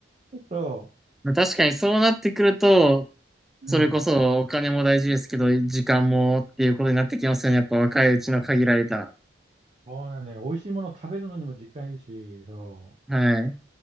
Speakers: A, on the right; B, in the centre.
A: そ
B: まあ確かにそうなってくると、
A: う、
B: それこそお金も大事ですけど、
A: うん。
B: 時間もっていうことになってきますよね。やっぱ若いうちの限られた。
A: そうなのよ。美味しいもの食べるのにも時間いるし、そう。
B: はい。